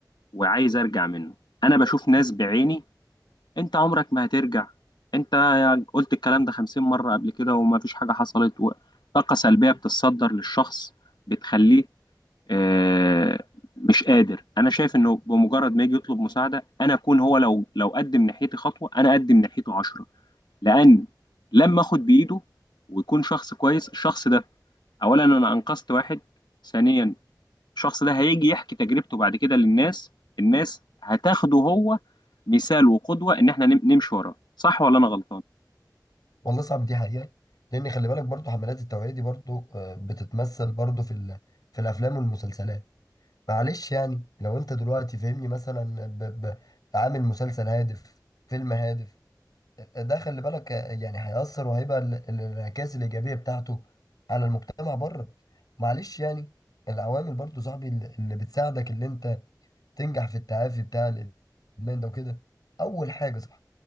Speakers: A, on the left (about 75°); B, on the left (about 60°).
A: وعايز ارجع منه انا بشوف ناس بعيني انت عمرك ما هترجع انت قلت الكلام ده خمسين مره قبل كده وما فيش حاجه حصلت و- طاقه سلبيه بتتصدر للشخص بتخليه آه، مش قادر انا شايف انه بمجرد ما يجي يطلب مساعده انا اكون هو لو لو قدم ناحيتي خطوه انا اقدم ناحيته عشرة لان لما اخد بايده ويكون شخص كويس الشخص ده اولا انا انقذت واحد ثانيا الشخص ده هيجي يحكي تجربته بعد كده للناس الناس هتاخده هو مثال وقدوة ان احنا نم- نمشي وراه صح ولا انا غلطان
B: والله صاحبي دي حقيقة لان خلي بالك برضو حملات التوعية دي برضو آه، بتتمثل برضو في ال- في الافلام والمسلسلات معلش يعني لو انت دلوقتي فاهمني مثلا ب... ب... عامل مسلسل هادف فيلم هادف ده خلي بالك يعني هيأثر وهيبقى ال- ال- الانعكاس الإيجابية بتاعته على المجتمع بره معلش يعني العوامل برضو صاحبي اللي اللي بتساعدك اللي انت تنجح في التعافي بتاع الإدمان ده وكده أول حاجة صح